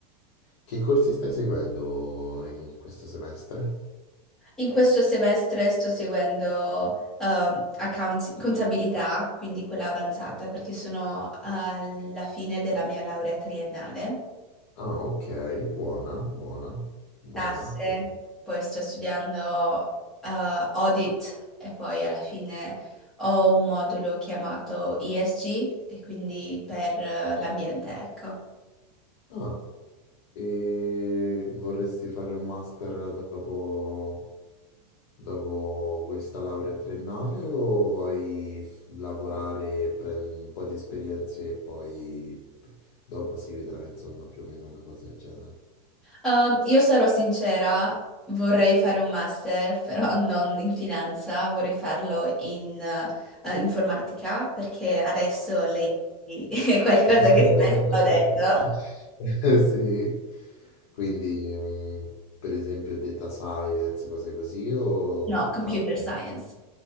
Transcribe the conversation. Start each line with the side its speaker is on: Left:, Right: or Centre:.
Left: Che corsi stai seguendo in questo semestre?
Centre: In questo semestre sto seguendo ehm, accounts- contabilità, quindi quella avanzata, perché sono alla fine della mia laurea triennale.
Left: Ah, ok, buona, buona, buona.
Centre: tasse,
Left: Com-
Centre: poi sto studiando eh, audit e poi alla fine ho un modulo chiamato ESG e quindi per eh, l'ambiente, ecco.
Left: Ah, e vorresti fare un master dopo, dopo questa laurea triennale o vuoi f- lavorare, prendere un po' di esperienze e poi dopo si vedrà, insomma, più o meno una cosa del genere?
Centre: Um, io sarò sincera, vorrei fare un master, <laughs> però non in finanza, vorrei farlo in eh, informatica perché adesso lei <laughs> è qualcosa
Left: <laughs>
Centre: che sta esplodendo.
Left: Sì, quindi mm, per esempio data science, cose così o
Centre: No,
Left: tutt'altro?
Centre: computer science,